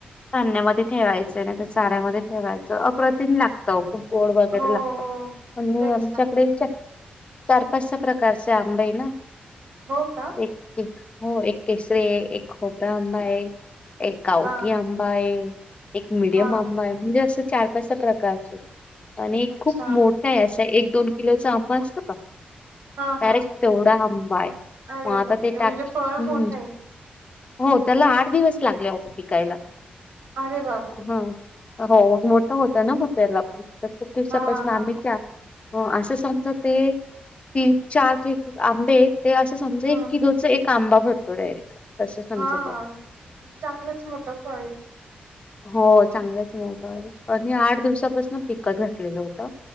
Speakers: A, on the left; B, on the right.
A: धान्यामध्ये ठेवायचं नाही, तर चाऱ्यामध्ये ठेवायचं अप्रतिम लागत- गोड वगैरे
B: हो
A: लागतात
B: हो
A: आणि
B: तेच
A: आमच्याकडे-
B: ना
A: चार पाच प्रकारचे आंब ना
B: हो का
A: एक <unintelligible> हो एक केसरी आहे, एक खोबरा आंबा आहे, एक गावठी
B: हा
A: आंबा आहे- एक मिडियम
B: हा
A: आंबा आहे, म्हणजे असं चार पाचच्या प्रकारच- आणि
B: अच्छा
A: खूप मोठा आहे, असा एक दोन किलोच आंबा असत का-
B: हा हा
A: डायरेक्ट तेवढा आंबा हाय
B: अरे
A: म आता
B: बापरे
A: ते - हो,
B: म्हणजे फळ मोठं आहे
A: त्याला आठ दिवस लागले पिकायला-
B: अरे बापरे.
A: हा हो मग मोठं होतं ना, <unintelligible> मग त्याला किसापसला
B: हा हा
A: आम्ही क हो, असं समजा, ते तीन
B: हम्म
A: चार आंबे- ते असं समज
B: हम्म
A: एक किलोच एक आंबा भरतो, डायरेक्ट असं समजतो-
B: हा चांगलंच मोठं फळ आहे.
A: हो चांगलंच मोठ आणि आठ दिवसापासून पिकत घातलेलं होतं.